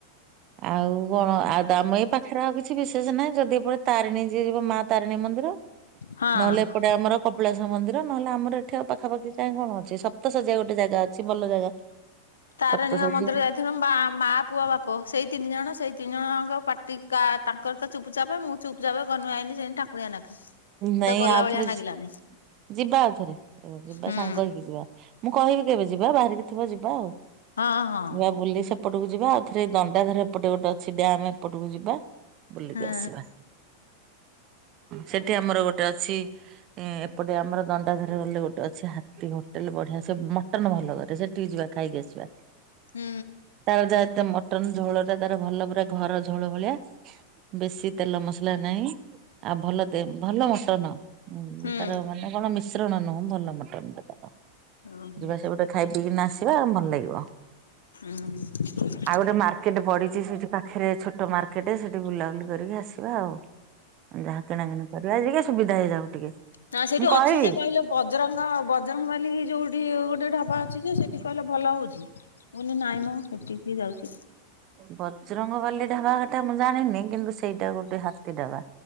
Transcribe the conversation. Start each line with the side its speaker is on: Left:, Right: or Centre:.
Right: ଆଉ କଣ? ଆଉ ଆମ ଏଇ ପାଖରେ ଆଉ କିଛି ବିଶେଷ ନାହିଁ, ଯଦି ଏପ ତାରିଣୀ ଯିଏ ଯିବ ମା ତାରିଣୀ ମନ୍ଦିର। ନ
Left: ହଁ।
Right: ହେଲେ ଏପଟେ ଆମର କପିଳାସ ମନ୍ଦିର। ନ ହେଲେ ଆମର ଏ ଏଠି ଆଉ ପାଖାପାଖି କାଇଁ କଣ ଅଛି? ସପ୍ତସଜ୍ୟା ଗୋଟେ ଜାଗା ଅଛି ଭଲ ଜାଗା।
Left: ତାରେଣୀ
Right: ସପ୍ତ
Left: ମା
Right: ଶଯ୍ୟା
Left: ମନ୍ଦିର ଯାଇଥବ। ମା ମା ପୁଅ ବାପ ସେଇ ତିନି ଜଣ ସେଇ ତିନି ଜଣଙ୍କ ପାଟି କା-ତାଙ୍କର ତ ଚୁପ୍ ଚାପ ମୁଁ ଚୁପଚାପେ ଗନୁ ଆଇନି ସେଇ ଟାଙ୍କୁଣିଆ ନାଖେ।
Right: ନେଇଁ
Left: ତ ଗଲା
Right: ଆଉଥରେ
Left: ଭଳିଆ ଲାଗିଲାନି
Right: ଯି-ଯିବା ଆଉଥରେ ଯିବା
Left: ହୁଁ
Right: ସାଙ୍ଗ ହେଇକି ଯିବା। ମୁଁ କହିବି କେବେ ଯିବା ବାହାରିକି ଥିବ ଯିବା ଆଉ?
Left: ହଁ ହଁ
Right: ନୂଆ ବୁଲି ସେ ଏପଟକୁ ଯିବା ଆଉ ଥରେ ଦଣ୍ଡାଧର ଏପଟେ ଗୋଟେ ଅଛି ଡ୍ୟାମ୍ ଏପଟକୁ ଯିବା। ବୁଲିକି
Left: ହଁ
Right: ଆସିବା। ସେଠି ଆମର ଗୋଟେ ଅଛି। ଏପଟେ ଆମର ଦଣ୍ଡାଧାର ଗଲେ ଗୋଟେ ଅଛି। ହା ହୋଟେଲ ବଢିଆ ସେ ମଟନ ଭଲ କରେ ସେଠିକି ଯିବା ଖାଇକି ଆସିବା।
Left: ହୁଁ।
Right: ତା <unintelligible> ମଟନ୍ ଝୋଳଟା ତାରା ଭଲ। ପୁରା ଘର ଝୋଳ ଭଳିଆ ବେଶି ତେଲ ମସଲା ନାହିଁ। ଆଉ ଭଲ ଭଲ ମଟନ।
Left: ହୁଁ।
Right: ତାର ମାନେ କଣ ମିଶ୍ରଣ ନୁହଁ। ଭଲ ମଟନଟା ତାର
Left: ଓହୋ।
Right: ଯିବା ସେ ଗୋଟେ ଖାଇ ପିଇକି ନା ଆସିବା ଭଲ ଲାଗିବ।
Left: ହୁଁ।
Right: ଆଉ ଗୋଟେ ମାର୍କେଟ ପଡିଛି। ସେଇଠି ପାଖରେ ଛୋଟ ମାର୍କେଟ। ସେଠି ବୁଲାବୁଲି କରିକି ଆସିବା ଆଉ। ଯାହା କିଣାକିଣି କରିବା ଆଜିକାଲି ସୁବିଧା ହେଇ <unintelligible> ଟିକେ
Left: ନା ସେଇଠି
Right: ମୁଁ
Left: ଅଛି
Right: କହିବି।
Left: ଯେ କହିଲେ ବଜରଙ୍ଗ ବଜରଙ୍ଗବାଲି ଯୋଉଠି ଗୋଟେ ଢାବା ଅଛି ଯେ ସେଠି କହିଲେ ଭଲ ହଉଛି। ନାଇଁ ମ ସେଟିକି କିଏ ଯାଉଛି?
Right: ବଜ୍ରଙ୍ଗବାଲି ଢାବା କଥା ମୁଁ ଜାଣିନି କିନ୍ତୁ ସେଇଟା ଗୋଟେ ହାତୀ ଡାବା।